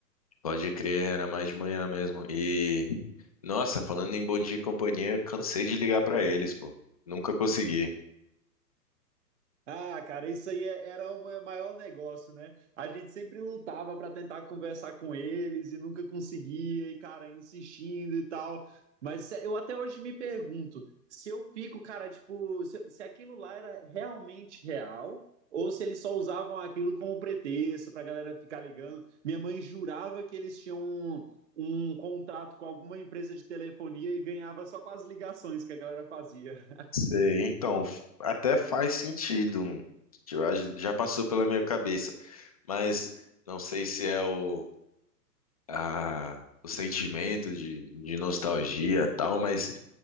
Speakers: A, on the left; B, on the right.
A: Pode crer, era mais de manhã mesmo. E, nossa, falando em Bom Dia e Companhia, cansei de ligar pra eles, pô. Nunca consegui.
B: Ah, cara, isso aí é- era o ma- maior negócio, né? A gente sempre lutava para tentar conversar com eles e nunca conseguia, e cara, insistindo e tal. Mas se- eu até hoje me pergunto se eu fico, cara, tipo, se, se aquilo lá era realmente real ou se eles só usavam aquilo como pretexto pra galera ficar ligando. Minha mãe jurava que eles tinham um, um contrato com alguma empresa de telefonia e ganhava só com as ligações que a galera fazia.
A: Sei, então, f- até faz sentido. hum. Eu acho- Já passou pela minha cabeça, mas não sei se é o, a- o sentimento de, de nostalgia e tal, mas